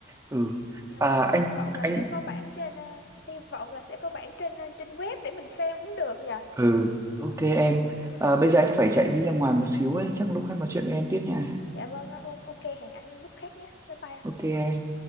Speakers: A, on the right; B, on the left.
A: ừ
B: Dạ
A: à
B: vâng,
A: anh
B: hy vọng là
A: anh
B: sẽ có bản trên ờ, hy vọng là sẽ có bản trên ờ, trên web để mình xem cũng được nhỉ.
A: ừ ok em
B: Dạ vâng,
A: à, bây giờ anh phải chạy đi ra ngoài một xíu ấy chắc lúc khác nói chuyện với em tiếp nha
B: dạ vâng, ạ. vâng ok hẹn anh lúc khác nhé. Bye bye. ạ.
A: ok em